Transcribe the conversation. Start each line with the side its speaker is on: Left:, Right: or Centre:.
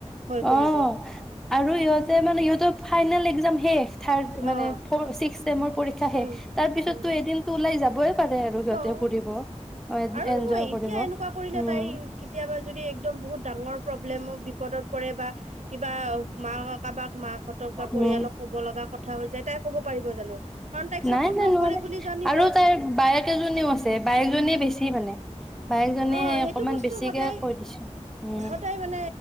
Right: ভয়
Centre: অহ
Right: কৰিব
Centre: আৰু ইহঁতে মানে ইহঁতৰ ফাইনেল এক্জাম শেষ। থাৰ্ড
Right: অ
Centre: মানে ফৰ ছিক্স ছেমৰ পৰীক্ষা শেষ।
Right: উম
Centre: তাৰ পিছতো
Right: উম
Centre: এদিনটো ওলাই যাবই পাৰে আৰু সিহঁতে
Right: অ
Centre: ফুৰিব
Right: আৰু নহয়
Centre: এনজয়
Right: এতিয়া
Centre: কৰিব। উম।
Right: এনেকুৱা কৰিলে তাই কেতিয়াবা যদি একদম বহুত ডাঙৰ। প্ৰব্লেমত বিপদত পৰে বা কিবা মা কাবাক মাকহঁতক বা পৰিয়ালক
Centre: উম,
Right: ক'ব লগা। কথা হৈ যায় তাই ক'ব পাৰিব জানো কাৰণ তাইক চাপৰ্ট
Centre: নাই নাই
Right: নকৰে
Centre: নোৱাৰে
Right: বুলি জানিব
Centre: আৰু
Right: অ
Centre: তাইৰ বায়েক এজনীও আছে বায়েকজনী বেছি মানে বায়েকজনীয়ে
Right: অ সেইটো
Centre: অকমান
Right: বস্তু
Centre: বেছিকে
Right: সদায়
Centre: কৈ দিছে উম।
Right: সদায় মানে